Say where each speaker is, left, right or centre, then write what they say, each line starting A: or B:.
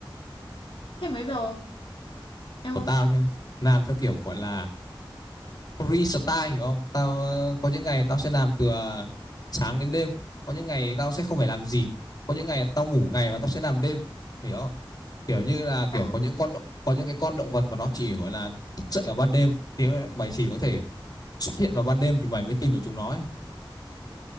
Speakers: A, on the left; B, on the left.
A: Thế mấy giờ? Em
B: của
A: ơi.
B: tao nhá làm theo kiểu gọi là restyle hiểu không tao ờ, có những ngày tao sẽ làm từ ờ, sáng đến đêm có những ngày tao sẽ không phải làm gì có những ngày tao ngủ ngày và tao sẽ làm đêm hiểu không kiểu như là kiểu
A: À
B: có những con động có những cái con động vật mà nó chỉ gọi là thức dậy vào ban đêm thì mày chỉ có thể xuất hiện vào ban đêm thì mày mới tìm được chúng nó ấy.